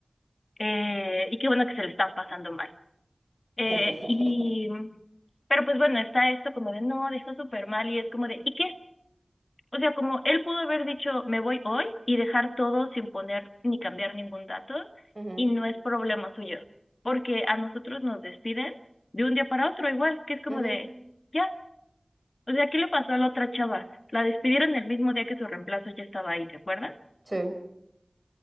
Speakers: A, on the left; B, on the right.
A: Eh, y qué bueno que se le están pasando mal. Eh,
B: <laughs>
A: y, pero pues bueno, está esto como de, no, dejó súper mal y es como de, ¿y qué? O sea, como él pudo haber dicho, me voy hoy y dejar todo sin poner ni cambiar ningún dato
B: Ujú,
A: y no es problema suyo, porque a nosotros nos despiden de un día para otro igual, que es como
B: ujú,
A: de, ya, o sea, ¿qué le pasó a la otra chava? La despidieron el mismo día que su reemplazo ya estaba ahí, ¿te acuerdas?
B: Sí.